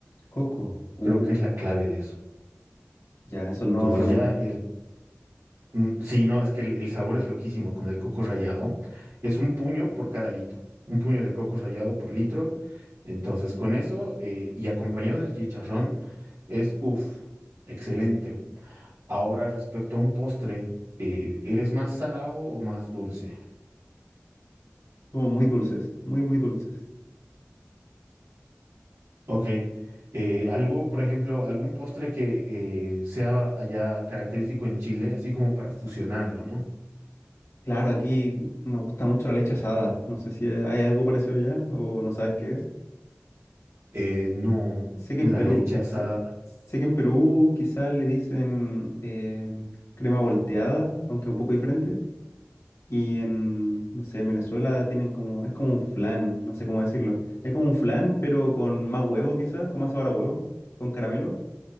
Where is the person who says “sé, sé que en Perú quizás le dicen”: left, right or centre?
Left